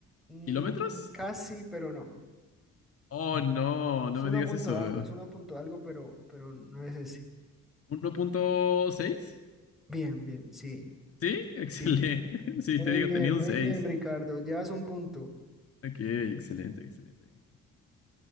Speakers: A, in the centre; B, on the left (about 50°).
A: Mm,
B: kilómetros.
A: casi, pero no.
B: Oh, no, no
A: Es
B: me
A: uno
B: digas
A: punto
B: eso.
A: algo, es uno punto algo, pero, pero no es ese.
B: Uno punto seis,
A: Bien, bien, sí,
B: Sí, <laughs> excelente.
A: sí, sí.
B: Sí,
A: Muy
B: te digo,
A: bien,
B: tenía un
A: muy
B: 6.
A: bien, Ricardo. Llevas un punto.
B: Ok, excelente, excelente.